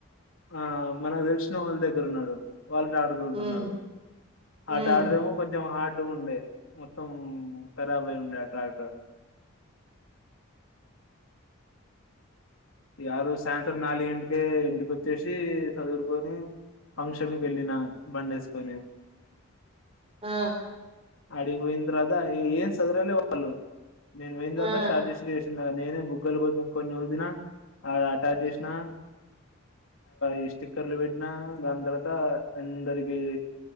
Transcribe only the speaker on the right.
ఉమ్
ఉమ్
ఆ
ఆ